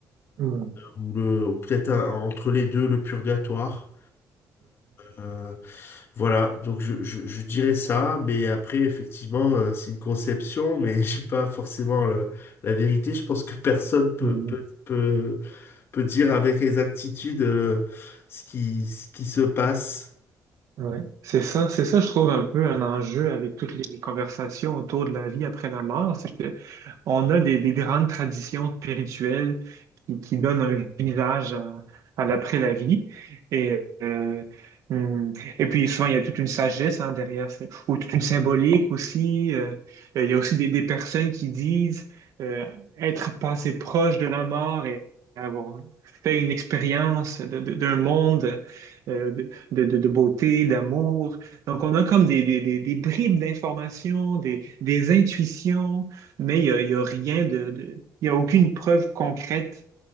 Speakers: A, on the right; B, on the left.
A: mhm,
B: Ou, le- ou peut-être un- entre les deux, le purgatoire. Euh, voilà, donc je, je, je dirais ça, mais après, effectivement, euh, c'est une conception, mais <laughs> j'ai pas forcément le- la vérité. Je pense que personne peut,
A: mhm, mhm.
B: peut, peut, peut dire avec exactitude euh, ce qui, ce qui se passe.
A: Ouais. C'est ça, c'est ça, je trouve un peu un enjeu avec toutes les conversations autour de la vie après la mort, c'est que on a des, des grandes traditions spirituelles qui, qui donnent un visage à, à l'après la vie. Et, euh, hum, et puis souvent, il y a toute une sagesse hein, derrière, c'est- ou toute une symbolique aussi. euh, il y a aussi des, des personnes qui disent euh, être passé proche de la mort et avoir fait une expérience de- de- d'un monde. euh, de, de, de beauté, d'amour. Donc, on a comme des, des, des, des bribes d'informations, des, des intuitions, mais il n'y a, il y a rien de, de- il y a aucune preuve concrète,